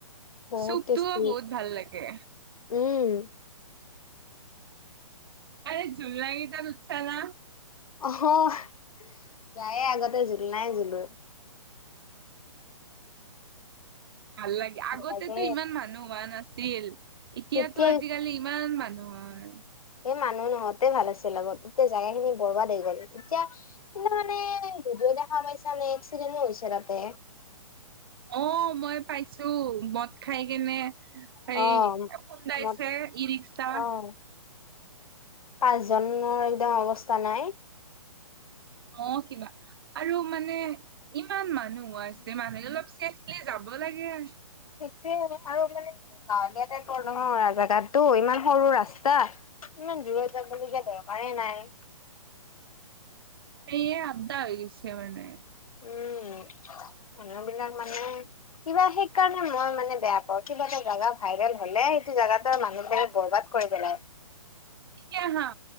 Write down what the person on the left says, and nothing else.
বহুত
টেষ্টি
উম
অ প্ৰায়ে আগতে জুলনাই জুলো।
ভাল
লাগে
তেতিয়া
এ মানুহ নহওঁতে ভাল আছিল আগত এতিয়া জোগা খিনি বৰৱাদ হৈ গ'ল এতিয়া তুমি মানে গধুৰ দেখা পাইছা নে এক্সিডেনো হৈছে তাতে।
অ
মত
অ পাঁচজনৰ একদম অৱস্থা নাই।
সেইটোৱে আৰু মানে গাঁৱলীয়াতে জেগাতো ইমান সৰু ৰাস্তা ইমান দূৰত যাবলগীয়া দৰকাৰে নাই।
উম মানুহ বিলাক মানে কিবা সেই কাৰণে মই মানে বেয়া পাওঁ কিবা এটা জেগা ভাইৰেল হলে সেইটো জেগাতে মানুহ মানে বৰবাত কৰি পেলাই